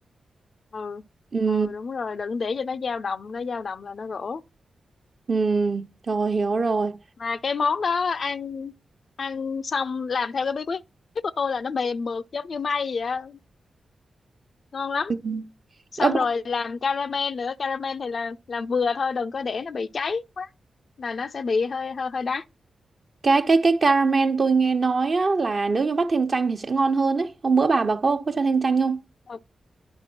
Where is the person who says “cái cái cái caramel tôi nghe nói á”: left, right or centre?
Right